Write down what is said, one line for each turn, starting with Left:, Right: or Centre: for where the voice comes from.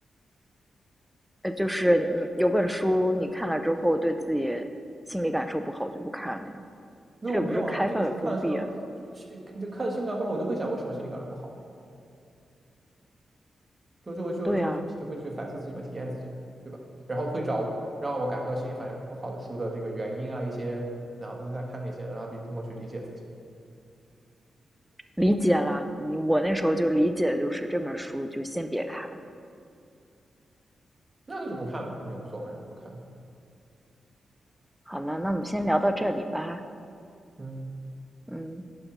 Centre: 呃，就是你有本书你看了之后对自己心理感受不好就不看了呀，
Right: 没有没有啊，
Centre: 这也不是开放与封闭啊。
Right: 这个书看了心脏就是就看了心感不好，我就会想为什么心理感受不好，就就就就去就会去反思自己嘛，
Centre: 对啊，
Right: 体验自己，对吧？然后会找让我感受到心理反应不好的书的这个原因啊，一些然后再看那些，然后理通过去理解自己，
Centre: 理解啦。你我那时候就理解，就是这本书就先别看。
Right: 那就不看也无所谓，就不看。
Centre: 好了，那我们先聊到这里吧。
Right: 嗯。
Centre: 嗯。